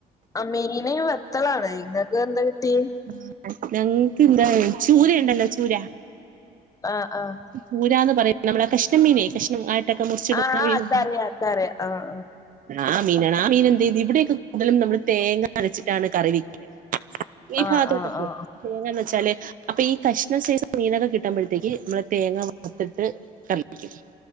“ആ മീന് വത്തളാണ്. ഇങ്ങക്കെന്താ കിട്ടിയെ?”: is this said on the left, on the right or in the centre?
Left